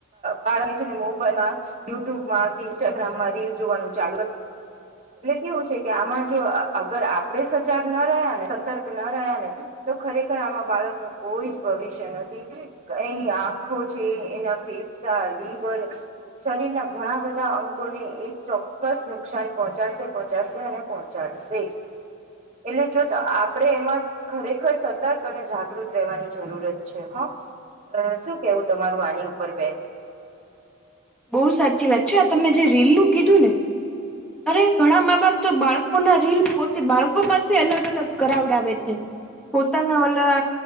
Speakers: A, on the right (about 30°); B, in the centre.
A: બાળક છે ને મોબાઈલમાં યુટ્યુબમાં કે ઇન્સ્ટાગ્રામમાં રીલ જોવાનું છે. <unintelligible> નથી એટલે કેવું છે કે આમાં જો અગર આપણેે સજાગ ના રહ્યા સતર્ક રહ્યા ને તો ખરેખર આમાં બાળક નું કોઈ જ ભવિષ્ય નથી એની આ આખો છે એના ફેફસા, લિવર શરીર ના ઘણા બધા અંગોને એ ચોક્કસ નુકસાન પહોંચાડશે પહોંચાડશે અને પહોંચાડશે જ. એટલે જો આપણેે એમાં ખરેખર સતર્ક અને જાગૃત રહેવાની જરૂરત છે હ અ શું કેવું તમારું આની ઉપર બેન?
B: બહુ સાચી વાત છે આ તમે જે રીલ કીધું ને અરે ઘણા મા બાપ તો બાળકો ના રીલ પોતે બાળકો પાસે અલગ અલગ કરાવડાવે છે. પોતાને ઓલા